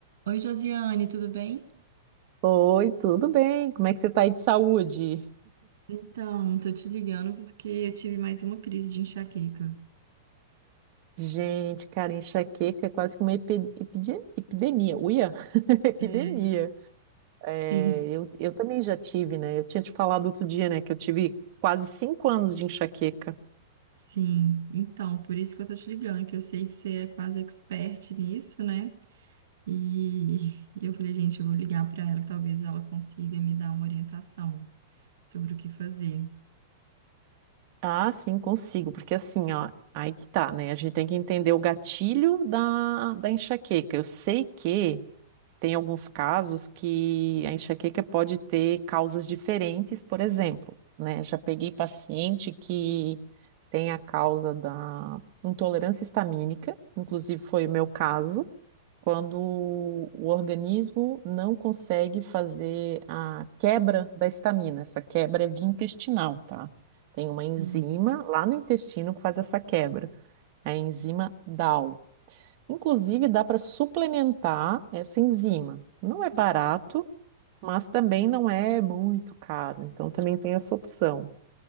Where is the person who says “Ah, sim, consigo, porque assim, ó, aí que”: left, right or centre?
Right